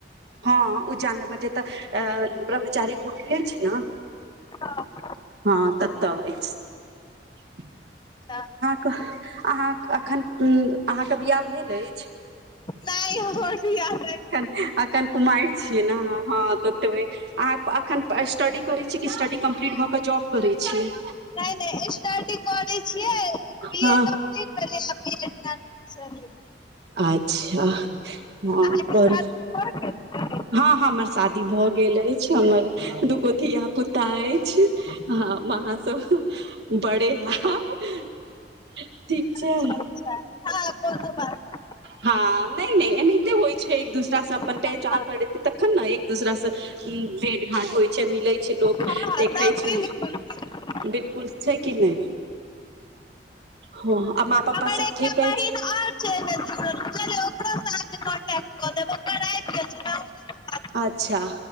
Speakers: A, on the right; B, on the left.
A: ह उजान लग मे जेतऽ आ ब्रह्मचारी कुटी अछि न
B: अच्छा
A: हं ततऽ ऐछ
B: सेह
A: कह आहाँ एखन आहाँ के बियाह भेल अछि
B: नै हमर बियाह नै भेल <unintelligible>
A: अखन कुमाएर छियै न हँ तोतबै आहाँ एखन स्टडी करैत छीयै कि स्टडी कम्प्लीट भऽ कऽ जॉब करैत छीयै
B: नै नै एस्टडी करै छियै बी
A: हँ
B: ए <unintelligible>
A: अच्छा हँ
B: अहाँके
A: करू
B: <unintelligible>
A: हँ हमर शादी भऽ गेल ऐछ हमर दूगो धिय -पुता ऐछ हम महासब बड़े आब ठीक छाय
B: अच्छा अच्छा हँ कोनो बात नहि
A: हँ नैय- नैय एनैते होइय छै एक दूसरा से अपन
B: हँ
A: पहँचान
B: हँ
A: करैत तखन न एक दूसरा से हूँ भेट घाट होय छैय मिलै छै लोक
B: हँ
A: देखै
B: तऽ
A: छै
B: बिल्कुल बिल्कुल
A: बिल्कुल छै कि नैय हँ आ माँ- पप्पा
B: हमर
A: सब
B: एकटा
A: ठीक अछै
B: बहिन आओर छै एहिमे जुड़ल चलू ओकरोसँ अहाँके कॉन्टैक्ट कऽ देब ओकर आबि गेल छै ने
A: अच्छा